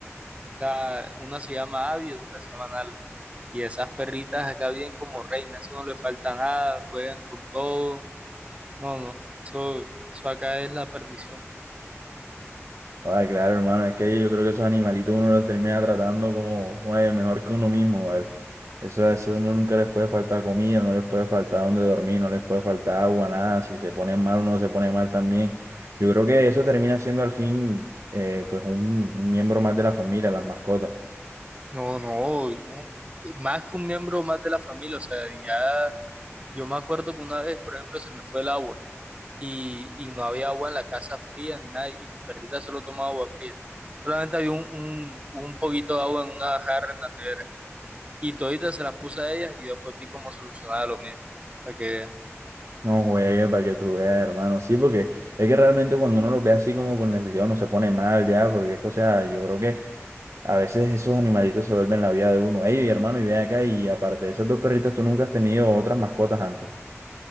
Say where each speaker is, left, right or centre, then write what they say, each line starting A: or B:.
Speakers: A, on the right; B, on the right.
A: Está, una se llama Abby y otra se llama Nala. Y esas perritas acá viven como reinas, eso no le falta nada, juegan con todo. No, no, eso, eso acá es la perdición.
B: Ah, claro, hermano, es que yo creo que esos animalitos uno los termina tratando como, oye, mejor que uno mismo, ¿vale? Eso, eso uno nunca les puede faltar comida, no les puede faltar donde dormir, no les puede faltar agua, nada. Si se ponen mal, uno se pone mal también. Yo creo que eso termina siendo al fin, eh, pues, un, un miembro más de la familia, las mascotas.
A: No, no, un- más que un miembro más de la familia, o sea, ya yo me acuerdo que una vez, por ejemplo, se me fue el agua. y, y no había agua en la casa fría ni nada, y mis perritas solo tomaban agua fría. Solamente había un, un, un poquito de agua en una jarra en la nevera. Y toditas se las puse a ellas y yo después vi cómo solucionaba lo mío. Para que veas.
B: No juegues para que tú veas, hermano. Sí, porque es que realmente cuando uno los ve así como con necesidad, uno se pone mal ya, porque es que, o sea, yo creo que a veces esos animalitos se vuelven la vida de uno. Ey, hermano, y ven acá, y aparte de esas dos perritas, tú nunca has tenido otras mascotas antes.